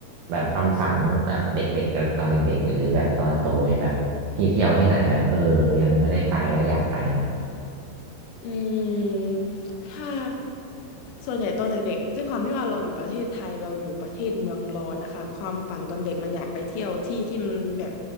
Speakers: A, on the right; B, on the left.
A: แบบความฝันแบบเด็กๆตอนเด็กๆ หรือแบบตอนโตไงแบบที่เที่ยวที่ไหนแบบเออยังไม่ได้ไปแล้วอยากไปนะครับ
B: อืมถ้าส่วนใหญ่ตอนเด็กๆด้วยความที่ว่าเราอยู่ประเทศไทยเราอยู่ประเทศเมืองร้อนนะคะความฝันตอนเด็กมันอยากไปเที่ยวที่ที่มันแบบ